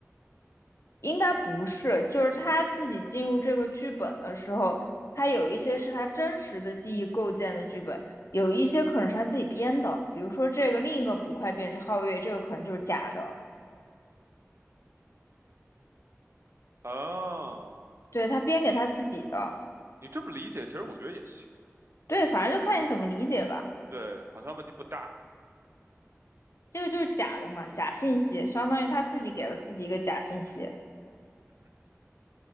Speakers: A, on the left; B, on the right.
A: 应该不是，就是他自己进入这个剧本的时候，他有一些是他真实的记忆构建的剧本，有一些可能是他自己编的，比如说这个另一个捕快便是皓月，这个可能就是假的，
B: 啊。
A: 对，他编给他自己的，
B: 你你这么理解，其实我觉得也行。
A: 对，反正就看你怎么理解吧。
B: 对，好像问题不大。
A: 这个就是假的嘛，假信息，相当于他自己给了自己一个假信息。
B: 嗯